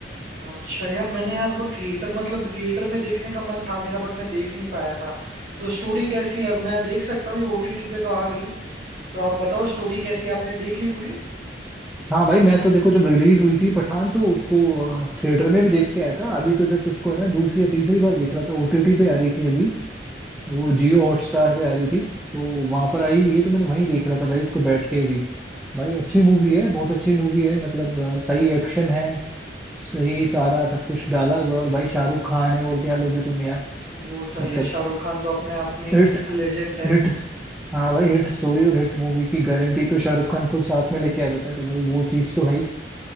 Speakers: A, on the right (about 50°); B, in the centre.
A: अच्छा यार मैंने यार वो थिएटर मतलब थिएटर में देखने का मन था मेरा बट मैं देख नहीं पाया था तो स्टोरी कैसी है मैं देख सकता हूँ ये ओटीटी पे तो आ गई तो आप बताओ स्टोरी कैसी है? आपने देख ली पूरी
B: हाँ भाई मैं तो देखो जब रिलीज हुई थी पठान तो उसको थिएटर में भी देख के आया था अभी तो जस्ट उसको है ना दूसरी या तीसरी बार देख रहा था ओटीटी पे आ रही थी अभी वो जियो हॉटस्टार पे आ रही थी तो वहां पर आई हुई है तो मैंने वहीं देख रहा था भाई उसको बैठ के भी भाई अच्छी मूवी है बहुत अच्छी मूवी है मतलब अ, सही एक्शन है सही सारा सब कुछ डाला हुआ है और भाई शाहरुख खान है और क्या लोगे तुम यार
A: वो तो है
B: मतलब
A: यार शाहरुख खान तो अपने आप में
B: हिट
A: लेजेंड है
B: हिट हाँ
A: हम्म
B: भाई हिट स्टोरी और हिट मूवी की गारंटी तो शाहरुख खान खुद साथ में लेके आ जाता है तो भाई वो चीज तो है ही